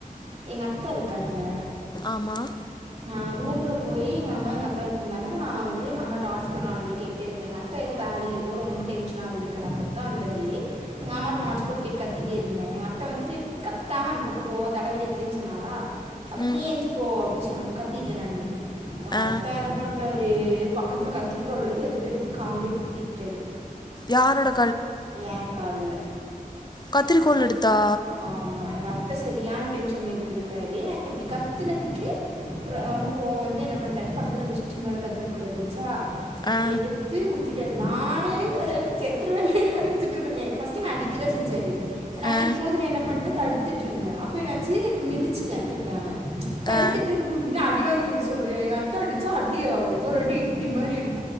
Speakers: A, on the right; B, on the left.
A: எங்க அத்தா இருக்கார்ல
B: ஆமாம்
A: நா ரூம்ல போய் எங்க அம்மா எங்க அத்தா இருந்தாங்க நான் வந்து எ அம்மா ஹேய்ஸ்பாட்டு நு மணி கேட்டேந்தேன் எ அத்தா ஏதோ வேலையில ஏதோ ரொம்ப டென்ஷன் <unintelligible> வந்திருக்காரு அப்பதான் வந்தாரு எங்க நோட்ப கேட <unintelligible> கத்திட்டே இருந்தேன் எங்கள் அத்தைல வந்துட்டு கத்தாம அந்த பக்கம் போக தல வலிக்குதுன்னு சொன்னாங்களா அப்ப
B: ம்
A: நீ எஞ்சு போ அப்படின்னு சொன்ன கத்திட்ட நே
B: ஆ
A: அத்தா என்ன பண்ணிட்ட அப்டீயே பக்கத்துல கத்திரி கோள் எடுத்து எடுத்து கால்லே குத்திருக்காரு
B: யாரோட
A: ஏன் கால்ல
B: கத்திரிக்கோள் எடுத்தா
A: ஆமா எங்க அத்த சரியான டென்ஷன்ல இருந்துருக்காரு நா இப்டி கத்துனதுக்கு ரொம்ப கோவ வந்து என்ன பண்ட்டாரு பக்கத்துல மிஷின் மேல கத்திரிக்கோல் இருந்துச்சா
B: ஆ
A: எடுத்து குதித் நானூ அ செத்துரேவேன் கெனச்சிட்டு நாங்கே ஃபஸ்ட் நா அடிக்கதா செஞ்சாரு என்ன அடிக்கும்போது
B: ஆ
A: நா என்ன பண்ட்டே தடுத்துட்டுருந்தே அப்போ என்னாச்சி மிதிச்சிட்டேன் தெரியாம தடுத்துட்டு
B: ஆ
A: இரு அடிவாங்கி இருக்கு சொல்றியா எங்க அத்த அடிச்சா அடி ஒவ்வொரு அடி இடி மாதி இருக்கும்